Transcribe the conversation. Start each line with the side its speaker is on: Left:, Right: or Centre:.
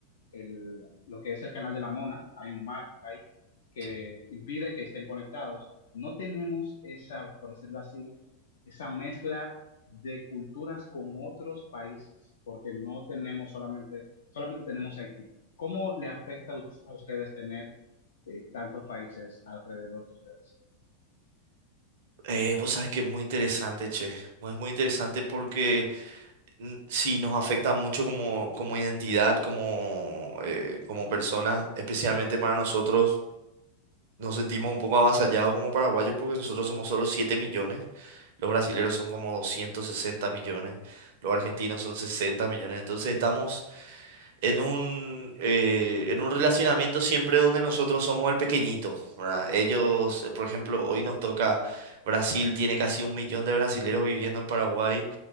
Left: el, lo que es el canal de la Mona, hay un mar ahí que
Right: sí.
Left: impide que estén conectados. No tenemos esa, por decirlo así, esa mezcla de culturas con otros países, porque no tenemos solamente, solamente tenemos Haití. ¿Cómo le afecta a ustedes tener eh, tantos países alrededor de ustedes?
Right: Eh, vos sabés que es muy interesante, che. mu- Es muy interesante porque mm, sí nos afecta mucho como, como identidad, como, eh, como personas, especialmente para nosotros. Nos sentimos un poco avasallados como paraguayos porque nosotros somos solo 7 millones. Los brasileros son como 260 millones, los argentinos son 60 millones. Entonces estamos en un, eh, en un relacionamiento siempre donde nosotros somos el pequeñito, ¿verdad? Ellos, eh, por ejemplo, hoy nos toca Brasil, tiene casi un millón de brasileros viviendo en Paraguay